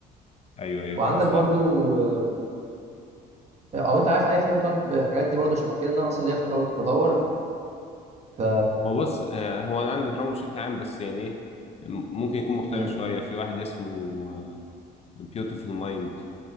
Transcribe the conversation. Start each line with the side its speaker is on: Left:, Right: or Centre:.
Left: ايوه ايوه
Right: وعندك
Left: خلاص
Right: برضو
Left: آه،
Right: آه، او انت عارف اي فيلم طب الحاجات دي برضو شبه كده ان انا اصلا ليا فتره بدور ف
Left: هو بص آه، هو انا عندي دراما بشكل عام بس يعني ايه م- ممكن يكون مختلف
Right: امم
Left: شويه في واحد اسمه بيوتيفول مايند